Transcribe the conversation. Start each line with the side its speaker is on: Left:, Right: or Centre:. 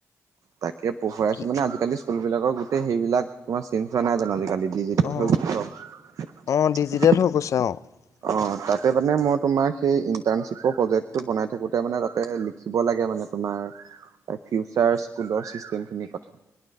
Right: তাকে পঢ়ুৱাইছো
Left: কি
Right: মানে আজিকালি স্কুলাকৰ গোটেই সেইবিলাক তোমাৰ <unintelligible> হোৱা নাই জানো আজিকালি ডিজিটেল
Left: অ
Right: হৈ গ'ল চব
Left: অ <unintelligible>
Right: অঁ তাতে মানে মই তোমাৰ সেই ইণ্টাৰ্ণশ্বিপৰ প্ৰজেক্টটো বনাই থাকোঁতে মানে তাতে লিখিব লাগে মানে তোমাৰ ফিউচাৰ স্কুলৰ চিষ্টেম খিনিৰ কথা